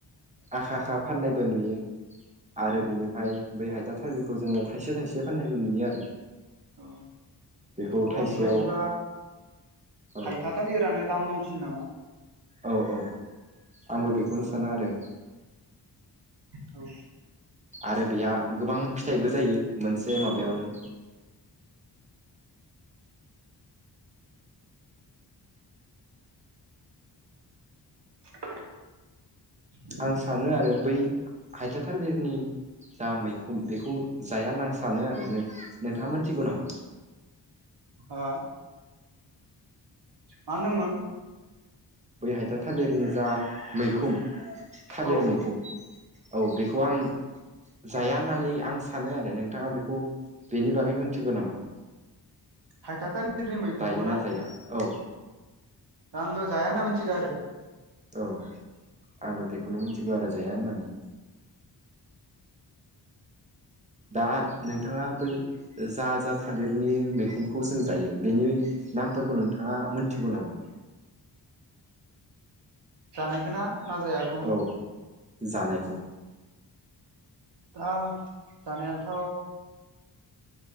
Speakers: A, on the right; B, on the right.
A: आखा आखा फाननायबो नुयो आरो
B: औ
A: बिनि बै हायथार थालिरखौ जोङो थाइसे थाइसे फाननायबो नुयो आरो
B: औ
A: बेखौ
B: थ'
A: थाइसेयाव
B: आंनि बायदिब्ला
A: औ
B: हायथा थाालिरफोरानो दाम बांसिन नामा
A: औ औ आंबो बेखौनो सानो आरो
B: औ
A: आरो बेहा गोबां फिथाइबो जायो मोनसे माबायावनो
B: औ <inaudible>
A: आं सानो आरो बै हाइथा थालिरनि जा मैखोन बेखौ जाया होनना आं सानो आरो नोंथाङा मोनथिगौ नामा
B: हो मा होनदोंमोन
A: बै हायथा थालिरनि जा मैखोम थालिर
B: औ
A: मैखोन औ बेखौ आं जाया होननानै आं सानो आरो नोंथाङा बेखौ बेनि बागै मोनथिगौ नामा
B: हायथा थालिरनि मैखुनखौ
A: जायोना जाया औ
B: दा आं' जाया होनना मोनथिगौ आरो
A: औ आंबो बेखौनो मिथिगौ आरो जाया होननानै दा नोंथाङा बै जा जा थादिरनि मैगंखौ जों जायो बेनि नामफोरखौ नोंथाङा मोनथिगौ नामा
B: जानायखौ ना जायाखो
A: औ जानायखौ
B: दा जानायाथ'